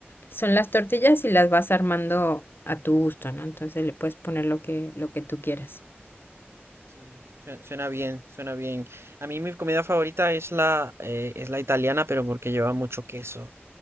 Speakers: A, on the left; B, on the right.
A: son las tortillas y las vas armando a tu gusto, ¿no? Entonces le puedes poner lo que, lo que tú quieras.
B: sí, suena, suena bien, suena bien. A mí mi comida favorita es la, eh, es la italiana, pero porque lleva mucho queso.